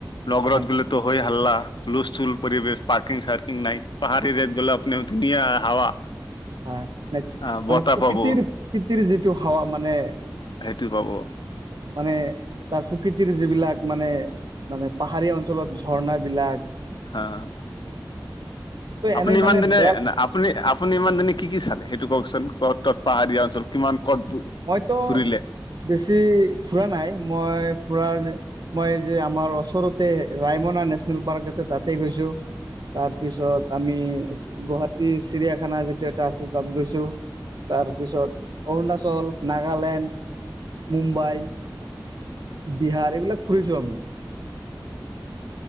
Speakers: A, on the left; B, on the right.
A: নগৰাৰত
B: পাহাৰ
A: গুল তো হয় হাল্লা হুলথুল পৰিবেশ পাৰকিং-চাৰ্কিং নাই, পাহাৰীয়া জেগাত গলে আপুনি ধুনীয়া হাৱা।
B: আহ', ন
A: আহ বতাহ
B: মানে প্ৰকৃতিৰ
A: পাব।
B: প্ৰকৃতিৰ যিটো হাৱা মানে
A: নেপাব।
B: মানে তাৰ প্ৰকৃতিৰ যিবিলাক মানে-মানে পাহাৰী অঞ্চলত ঝৰ্ণা বিলাক।
A: অ', আপুনি
B: এনেই
A: ইমান
B: মানে
A: দিনে
B: বেয়া
A: আপুনি-আপুনি ইমান দিনে কি-কি চালে সেইটো কওকচোন, ক'ত-ক'ত পাহাৰীয়া অঞ্চল কিমান? ক'ত
B: মইতো
A: ফুৰিলে
B: বেছি ফুৰা নাই, মই <unintelligible> মই যে আমাৰ ওচৰতে ৰায়মনা নেশচনেল পাৰ্ক আছে তাতে গৈছো। তাৰ পিছত আমি গুৱাহাটী চিৰিয়াখানা যিটো এটা আছে তাত গৈছো। তাৰপিছত অৰুণাচল, নাগালেণ্ড, মুম্বাই বিহাৰ এইবিলাক ফুৰিছো আমি।